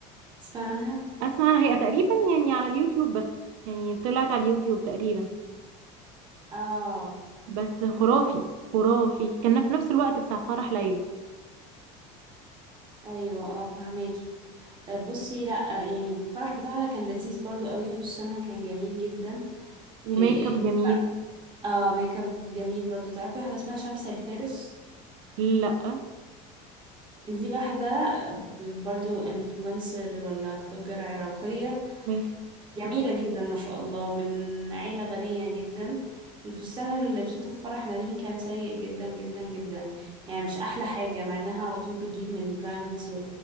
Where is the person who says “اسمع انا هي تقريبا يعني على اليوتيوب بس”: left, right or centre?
Right